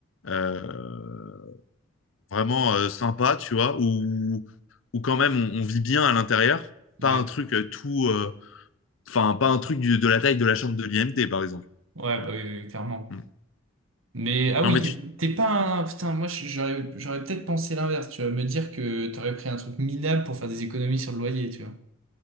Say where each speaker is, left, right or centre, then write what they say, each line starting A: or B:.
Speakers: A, on the left; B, on the right.
A: euh, vraiment euh, sympa, tu vois, où, où quand même on, on vit bien à l'intérieur, pas
B: Ouais,
A: un truc euh, tout, euh, enfin, pas un truc du- de la taille de la chambre de l'IMD, par exemple.
B: ouais, bah oui, oui, oui, clairement.
A: Mm.
B: Mais ah
A: Non,
B: oui,
A: mais
B: t'es
A: tu...
B: t'es pas un. Putain, moi je- j'aurais j'aurais peut-être pensé l'inverse, tu vas me dire que t'aurais pris un truc minable pour faire des économies sur le loyer, tu vois.